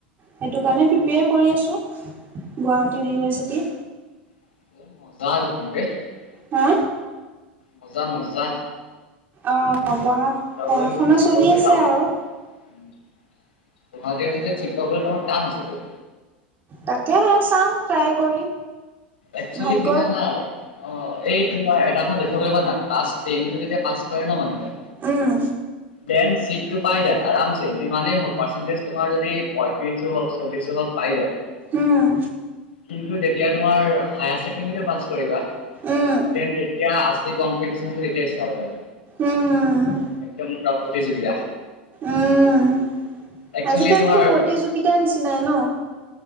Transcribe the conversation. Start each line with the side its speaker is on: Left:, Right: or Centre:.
Right: সেইটো কাৰণে প্ৰিপেয়াৰ কৰি আছোঁ গুৱাহাটী ইউনিভাৰ্চিটি
Left: <unintelligible>
Right: হা
Left: মজা মজা <unintelligible>
Right: অ পঢ়া
Left: তহতে
Right: পঢ়া শুনা
Left: চিপকাবলৈ
Right: চলি আছে আৰু
Left: তোমাৰ টান আছে তো
Right: তাকেহে চাওঁ ট্ৰাই কৰি।
Left: একচেলি
Right: ভাগ্য
Left: কি যানা অ', এই তোমাৰ এটা এখন দেখিব পিবা না <unintelligible> পাছ কৰে ন মানুহে
Right: উম
Left: টেন চিটটো পাই যায় আৰামছে যিমানেই হল পাৰ্চেন্টেজ তোমাৰ যদি পয়ত্ৰিশো হল চল্লিশ হল পাই যায়।
Right: উম
Left: কিন্তু তেতিয়া। তোমাৰ হায়াৰ ছেকেণ্ডাৰীটো পাছ কৰিবা
Right: উম
Left: তেন্তে এতিয়া আছিলি কম্পিটিশ্যন। কিন্তু এতিয়া ষ্টাৰ্ট হয়
Right: উম উম
Left: একদম পুৰা প্ৰতিযোগিতা।
Right: উম
Left: একচুৱেলি
Right: আজিকালিতো
Left: তোমাৰ
Right: প্ৰতিযোগিতাৰ নিচিনাই ন।